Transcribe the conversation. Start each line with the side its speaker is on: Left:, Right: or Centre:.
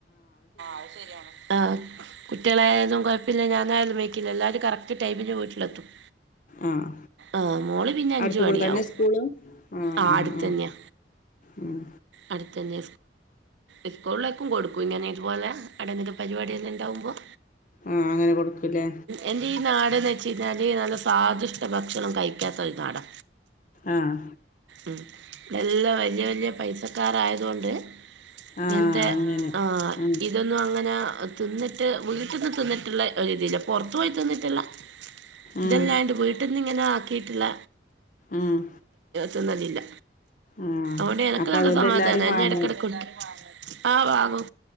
Right: അത് ശരിയാണ് ആഹ് കുട്ടികളായാലും കുഴപ്പില്ല ഞാനാലും- വക്കില എല്ലാവരും കറക്റ്റ് ടൈമിന് വീട്ടിലെത്തും-
Left: ആഹ്
Right: ആഹ് മോള് പിന്നെ അഞ്ച
Left: അടുത്ത്
Right: മണിയ
Left: കൂടെ തന്നെ
Right: ആവും
Left: സ്കൂള് ആഹ്
Right: ആ
Left: ആഹ്
Right: അടുത്തന്നെയാ
Left: ആഹ് ഉം
Right: അടുത്തന്നെ ഉസ്കൂളിലേക്കും കൊടുക്കും ഇങ്ങനെ ഇതുപോലെ ആടന്നെല്ലാം പരിപാടി എല്ലാംണ്ടാവുമ്പോ-
Left: ആഹ് അങ്ങനെ കൊടുക്കൂല്ലേ
Right: എന്റെ ഈ നാട് എ വെച്ച കഴിഞ്ഞാല് നല്ല സ്വാദിഷ്ട ഭക്ഷണം കഴിക്കാത്താ ഒരു നാടാ,
Left: ആഹ്
Right: ആഹ് എല്ലാം വലിയ വല്യ പൈസക്കാരായത്കൊണ്ട്
Left: ആഹ്
Right: ഇങ്ങനത്തെ
Left: അങ്ങനെ
Right: ആഹ്
Left: ഉം
Right: ഇതൊന്നും അങ്ങനെ തിന്നിട്ട് വീട്ടീന്ന് തിന്നിട്ടുള്ള ഒരുത്തില്ല, പുറത്തു പോയി തിന്നിട്ടുള്ള ഇതല്ലാണ്ട്
Left: ഉം
Right: വീട്ടിൽന്ന് ഇങ്ങനെ ആക്കിയിട്ടുള്ള
Left: ഉം
Right: തിന്നലില്ല
Left: ആഹ്
Right: ഓണ്ട് എനക്ക്
Left: അപ്പൊ
Right: നല്ല
Left: അതുകൊണ്ട്
Right: സമാധാനാ,
Left: എല്ലാരും
Right: എന്നെ
Left: വാങ്ങും
Right: ഇടക്കിടക്ക് ആഹ് വാങ്ങും,